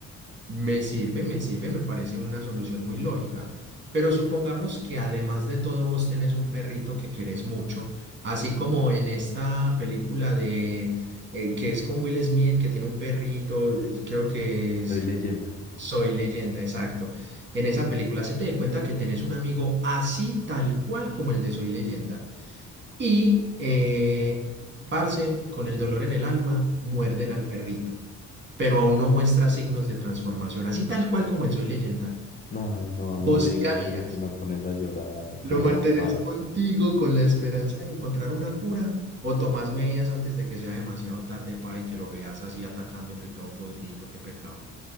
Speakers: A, on the right; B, on the left.
A: Me sirve, me sirve, me parece una solución muy lógica. Pero supongamos que además de todo vos tenés un perrito que querés mucho, así como en esta película de eh, que es con Will Smith, que tiene un perrito, eh, creo que es
B: Soy leyenda.
A: Soy Leyenda, exacto. En esa película se te dé cuenta que tenés un amigo así tal cual como el de Soy Leyenda. Y, eh, parce, con el dolor en el alma, muerden al perrito pero aún no muestra signos de transformación, así tal cual como en Soy Leyenda.
B: Ay, no,
A: ¿Vos
B: no me digas
A: qué harías?
B: eso que me pones a llorar.
A: ¿Lo
B: No,
A: mantenés
B: más,
A: contigo con la esperanza de encontrar una cura? ¿O tomás medidas antes de que sea demasiado tarde, pa, y que lo veas así atacándote y todo podridito? ¡Qué pecado!